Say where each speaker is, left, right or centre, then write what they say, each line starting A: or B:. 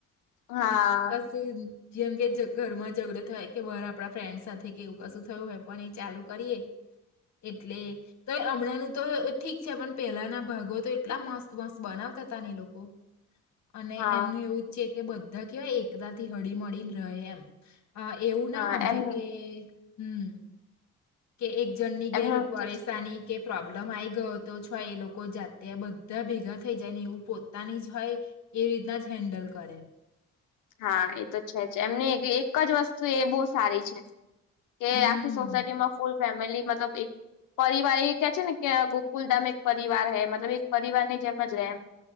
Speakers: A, on the left; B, on the left.
A: હા
B: <unintelligible> જેમ કે જગ ઘરમાં ઝઘડો થાય કે બાર આપણા ફ્રેન્ડ સાથે કે એવું કશું થયું હોય પણ એ ચાલુ કરીએ એટલે તો હમણાં ન તો ઠીક છે પણ પેલાના ભાગો તો એટલા મસ્ત મસ્ત બનાવતા તા અને એ લોકો અને
A: હા
B: એમનું એવું જ છે કે બધા કવાય એકતા થી હળી મળળીને રહે એમ અ એવું ના
A: હા
B: સમજે
A: એમ
B: કે હુમ કે એક જણ ની ઘેર
A: એમનું
B: પરેશાની
A: તો
B: કે પ્રોબ્લેમ આ ગયો તો છે એ લોકો જાતે બધા ભેગા થઈ જાય ને એવું પોતાની જ હોય એ રીતના જ હેન્ડલ કરે
A: હા એ તો છે જ એમની એક જ વસ્તુ એ બહુ સારી છે કે
B: હમ
A: આખી સોસાયટી માં ફૂલ ફેમિલી મતલબ એક પરિવાર એ કે છે ને કે ગોકુલધામ એક પરિવાર હૈ મતલબ એક પરિવાર નહી જેમ જ રેમ